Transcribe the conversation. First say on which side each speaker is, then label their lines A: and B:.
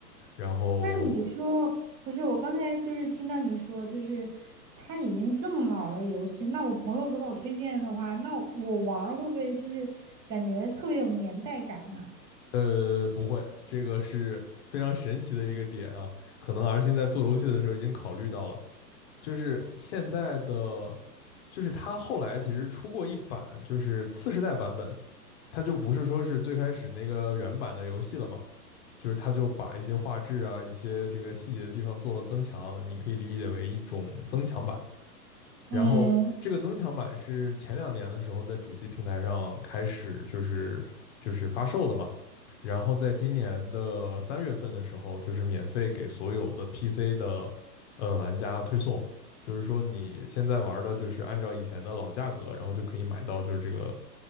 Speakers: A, on the left; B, on the right.
A: 然后
B: 那你说，不是，我刚才就是听到你说，就是他已经这么老了游戏，那我朋友给我推荐的话，那我玩儿会不会就是感觉特别有年代感啊？
A: 呃，不会，这个是非常神奇的一个点啊。可能 R 星在做游戏的时候已经考虑到了，就是现在的，就是它后来其实出过一版，就是次世代版本，它就不是说是最开始那个原版的游戏了嘛，就是它就把一些画质啊、一些这个细节的地方做了增强，你可以理解为一种增强版。然后这个增强版是前两年的时候在主机平台上开始就是就是发售的嘛，
B: 嗯，
A: 然后在今年的三月份的时候，就是免费给所有的 PC 的呃玩家推送，就是说你现在玩的就是按照以前的老价格，然后就可以买到就是这个